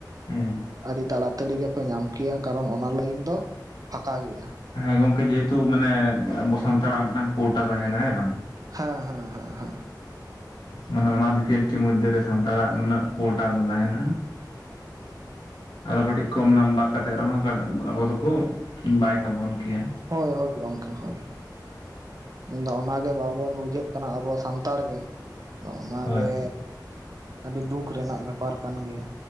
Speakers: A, on the left; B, on the right.
A: ᱦᱮᱸ
B: ᱟᱹᱰᱤ ᱛᱟᱲᱟᱼᱼ ᱛᱟᱹᱲᱤ ᱜᱮᱯᱮ ᱧᱟᱢ ᱠᱮᱭᱟ ᱠᱟᱨᱚᱱ ᱚᱱᱟ ᱞᱟᱹᱭᱤᱱ ᱫᱚ ᱯᱷᱟᱠᱟ ᱜᱮᱭᱟ᱾
A: ᱦᱮᱸ ᱜᱚᱝᱠᱮ ᱡᱮ ᱦᱮᱛᱩ ᱢᱟᱱᱮᱫ ᱟᱵᱚ ᱥᱟᱱᱛᱟᱲᱟᱜ ᱢᱤᱫᱴᱟᱝ ᱠᱳᱴᱟ ᱛᱟᱦᱮᱸᱱᱟ ᱦᱮᱸ ᱵᱟᱝ᱾
B: ᱦᱮᱸ ᱦᱮᱸ ᱦᱮᱸ ᱦᱮᱸ᱾
A: ᱢᱟᱱᱮ ᱚᱱᱟ ᱵᱷᱮᱠᱮᱱᱴᱤ ᱢᱩᱡᱽᱫᱷᱮ ᱨᱮ ᱥᱟᱱᱛᱟᱲᱟᱜ ᱱᱩᱱᱟᱹᱜ ᱠᱳᱴᱟ ᱫᱚ ᱛᱟᱦᱮᱱᱟ᱾ ᱟᱫᱚ ᱠᱟᱹᱴᱤᱡ ᱠᱚᱢ ᱱᱟᱢᱵᱟᱨ ᱠᱟᱛᱮᱜ ᱨᱮᱦᱚᱸ ᱠᱟᱹᱴᱤᱡ ᱟᱵᱚ ᱫᱚᱠᱚ ᱵᱟᱭ ᱠᱟᱵᱚᱱ ᱠᱮᱭᱟ᱾
B: ᱦᱚᱭ ᱦᱚᱭ ᱜᱚᱝᱠᱮ ᱦᱚᱭ᱾ ᱤᱧ ᱫᱚ ᱚᱱᱟ ᱜᱮ ᱵᱟᱵᱚᱱ ᱵᱩᱡᱷᱟᱹᱜ ᱠᱟᱱᱟ ᱟᱵᱚ ᱥᱟᱱᱛᱟᱲ ᱜᱮ᱾ ᱟᱫᱚ ᱚᱱᱟ
A: ᱦᱳᱭ
B: ᱜᱮ ᱟᱹᱰᱤ ᱫᱩᱠᱷ ᱨᱮᱱᱟᱜ ᱵᱮᱯᱟᱨ ᱠᱟᱱ ᱜᱮᱭᱟ᱾